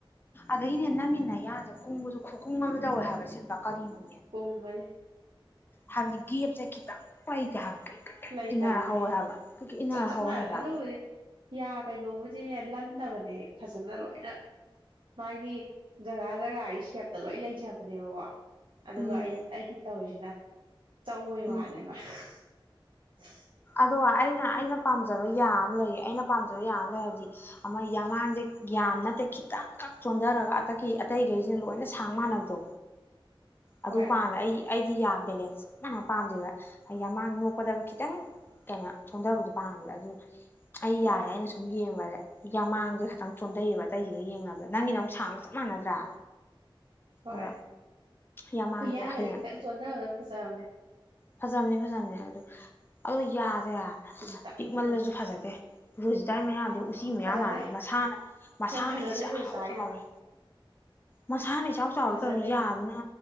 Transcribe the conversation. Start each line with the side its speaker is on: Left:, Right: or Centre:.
Left: ꯑꯗꯩꯅꯦ ꯅꯪꯒꯤ ꯅꯌꯥꯗ ꯀꯨꯡꯕꯗꯨ <unintelligible> ꯀꯨꯡ ꯑꯃ ꯇꯧꯋꯦ ꯍꯥꯏꯕ ꯁꯤꯠꯄ ꯀꯔꯤꯅꯣ
Right: ꯀꯨꯡꯕꯅꯤ
Left: ꯍꯥꯏꯕꯗꯤ ꯒꯦꯞꯁꯦ ꯈꯤꯇꯪ ꯐꯧ ꯂꯩꯇꯦ ꯍꯥꯏꯕ ꯀ꯭ꯔꯤꯛ ꯀ꯭ꯔꯤꯛ ꯀ꯭ꯔꯤꯛ
Right: ꯂꯩ
Left: ꯏꯟꯅꯔ
Right: ꯇꯝꯅꯦ
Left: ꯍꯧꯋꯦ ꯍꯥꯏꯕ ꯀ꯭ꯔꯤꯛ ꯀ꯭ꯔꯤꯛ ꯏꯟꯅꯔ
Right: ꯆꯞ ꯆꯞ
Left: ꯍꯧꯋꯦ
Right: ꯃꯥꯟꯅꯩ
Left: ꯍꯥꯏꯕ
Right: ꯑꯗꯨꯕꯨꯗꯤ ꯌꯥ ꯀꯩꯅꯣꯕꯨꯗꯤꯅꯦ ꯂꯟꯗꯕꯅꯦ ꯐꯖꯅ ꯂꯣꯏꯅ ꯃꯥꯒꯤ ꯖꯒꯥ ꯖꯒꯥꯒꯤ ꯁꯦꯞꯇ ꯂꯣꯏ ꯂꯩꯖꯕꯅꯦꯕꯀꯣ ꯑꯗꯨꯒ
Left: ꯎꯝ
Right: ꯑꯩꯒꯤ ꯇꯧꯔꯤꯁꯤꯅ ꯆꯧꯕꯩ
Left: ꯎꯝ
Right: ꯋꯥꯅꯦꯕ <unintelligible>
Left: ꯑꯗꯣ ꯑꯩꯅ ꯑꯩꯅ ꯄꯥꯝꯖꯕ ꯌꯥꯝ ꯑꯃ ꯂꯩꯌꯦ ꯑꯩꯅ ꯄꯥꯝꯖꯕ ꯌꯥꯝ ꯑꯃ ꯂꯩ ꯍꯥꯏꯕꯗꯤ ꯑꯃ ꯌꯥꯝꯃꯥꯡꯁꯦ ꯌꯥꯝ ꯅꯠꯇꯦ ꯈꯤꯇꯪꯈꯛ ꯆꯣꯟꯊꯔꯒ ꯑꯇꯩ ꯑꯇꯩꯈꯩꯁꯤꯅ ꯂꯣꯏꯅ ꯁꯥꯡ ꯃꯥꯟꯅꯕꯗꯣ ꯑꯗꯨ
Right: ꯍꯣꯏ
Left: ꯄꯥꯝꯃꯦ ꯌꯥ ꯕꯦꯂꯦꯟꯁ ꯆꯞ ꯃꯥꯟꯅ ꯄꯥꯝꯗꯦꯕ ꯑ ꯌꯥꯃꯥꯡ ꯅꯣꯛꯀꯗꯒ ꯈꯤ ꯈꯤꯇꯪ ꯀꯩꯅꯣ ꯆꯣꯟꯊꯕꯗꯣ ꯄꯥꯝꯃꯦꯕ ꯑꯗꯨ ꯑꯩ
Right: ꯃꯥꯅꯦ
Left: ꯌꯥꯁꯦ ꯑꯩꯅ ꯁꯨꯝ ꯌꯦꯡꯕꯗꯦ ꯌꯥ ꯃꯥꯡꯁꯦ ꯈꯇꯪ ꯆꯣꯟꯊꯩꯌꯦꯕ ꯑꯇꯩꯁꯤꯒ ꯌꯦꯡꯅꯕꯗ ꯅꯪꯒꯤ ꯅꯪꯨꯛ ꯁꯥꯡꯕ ꯆꯞ ꯃꯥꯟꯅꯗ꯭ꯔꯥ
Right: ꯍꯣꯏ
Left: ꯑꯗꯣ ꯌꯥꯃꯥꯡꯁꯦ
Right: ꯍꯨꯏꯌꯥꯒꯁꯤ
Left: ꯍꯌꯦꯡ
Right: ꯈꯤꯇꯪ ꯆꯣꯟꯗ ꯐꯖꯕꯁꯦ
Left: ꯐꯖꯕꯅꯤ ꯐꯖꯕꯅꯦ ꯑꯗꯨ ꯌꯥꯁꯦ
Right: ꯇꯨꯝꯇꯛꯇ
Left: ꯄꯤꯛꯃꯜꯂꯁꯨ ꯐꯖꯗꯦ ꯔꯨꯁꯗꯥꯏ ꯃ ꯑꯗꯨꯣ ꯎꯆꯤ ꯃꯌꯥꯝ
Right: ꯐꯖꯗꯦ
Left: ꯃꯥꯜꯂꯦ ꯃꯁꯥꯅ ꯃꯁꯥꯅ
Right: ꯍꯣꯏ ꯐꯖꯗꯦ
Left: ꯏꯆꯥꯎ
Right: ꯔꯣꯖꯤꯇꯥꯒꯤꯗꯣ
Left: ꯆꯥꯎꯔꯦ ꯃꯁꯥꯅꯤ ꯏꯆꯥꯎ ꯆꯥꯎꯔ
Right: ꯐꯖꯗꯦ
Left: ꯀꯩꯅꯣ ꯌꯥꯕꯅꯤꯅ